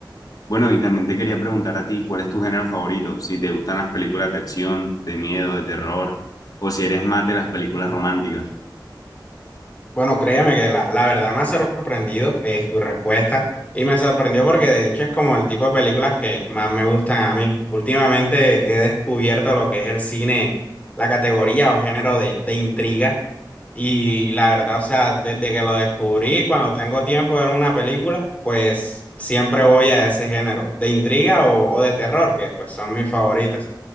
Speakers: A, on the left; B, on the left.
A: Bueno, y también te quería preguntar a ti, ¿cuál es tu género favorito? Si te gustan las películas de acción, de miedo, de terror, o si eres más de las películas románticas.
B: Bueno, créeme que la, la verdad me ha sorprendido es tu respuesta y me sorprendió porque de hecho es como el tipo de películas que más me gustan a mí. Últimamente he descubierto lo que es el cine, la categoría o género de, de intriga y la verdad, o sea, desde que lo descubrí, cuando tengo tiempo de ver una película, pues siempre voy a ese género de intriga o, o de terror, que pues son mis favoritas.